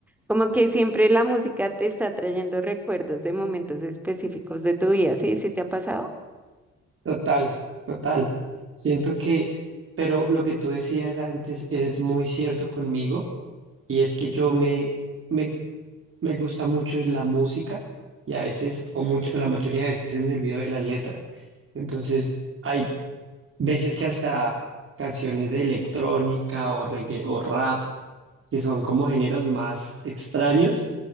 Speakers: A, in the centre; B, on the right.
A: Como que siempre la música te está trayendo recuerdos de momentos específicos de tu vida, ¿sí? ¿Sí te ha pasado?
B: Total, total. Siento que, pero lo que tú decías antes, eres muy cierto conmigo, y es que yo me, me, me gusta mucho es la música, y a veces, o mucho, o la mayoría de veces me olvido de las letras. Entonces, hay veces que hasta canciones de electrónica o reggae o rap que son como géneros más extraños,